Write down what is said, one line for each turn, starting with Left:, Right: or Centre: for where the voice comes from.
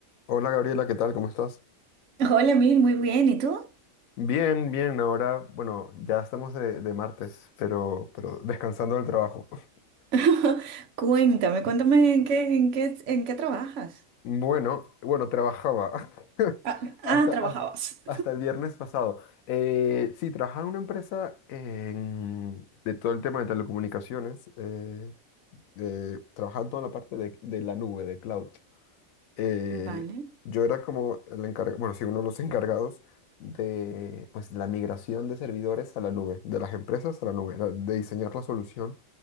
Left: Hola Gabriela, ¿qué tal? ¿Cómo estás?
Right: Hola, Mil, muy bien. ¿Y tú?
Left: Bien, bien, ahora, bueno, ya estamos de, de martes, pero, pero descansando del trabajo. <laughs>
Right: <laughs> Cuéntame, cuéntame en qué, en qué, en qué trabajas.
Left: Bueno, bueno, trabajaba <laughs>
Right: Ah,
Left: hasta,
Right: ah, trabajabas.
Left: hasta, hasta el viernes pasado. Eh, sí, trabajaba en una empresa en- de todo el tema de telecomunicaciones, eh, eh, trabajaba en toda la parte de, de la nube, de cloud. eh,
Right: Vale.
Left: yo era como el encargado, bueno, sí, uno de los encargados de pues, la migración de servidores a la nube, de las empresas a la nube, era de diseñar la solución